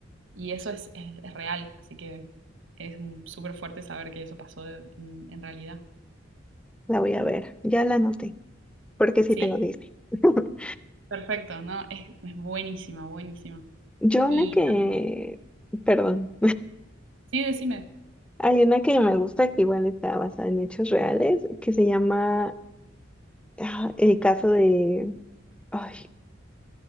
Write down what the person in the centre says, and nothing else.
La voy a ver, ya la anoté, porque sí
tengo Disney. <laughs>
Yo una
que, perdón,
hay una que me gusta que igual está basada en hechos reales, que se llama
ah, El caso de, ay,